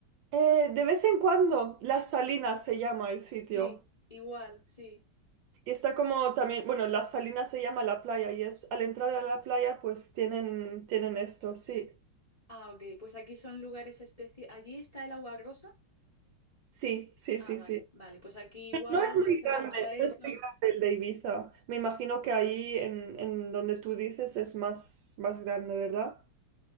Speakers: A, on the right (about 75°); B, on the left (about 25°).
A: Eh, de vez en cuando, Las Salinas se llama el sitio.
B: Sí, igual, sí.
A: Y está como también, bueno, Las Salinas se llama la playa y es al entrar a la playa pues tienen, tienen esto, sí.
B: Ah, ok, pues aquí son lugares especiales. ¿Allí está el agua rosa?
A: Sí, sí,
B: Ah,
A: sí,
B: vale,
A: sí.
B: vale. Pues aquí igual
A: No es muy
B: hay zonas
A: grande,
B: para eso.
A: no es muy grande el de Ibiza. Me imagino que ahí en, en donde tú dices es más, más grande, ¿verdad?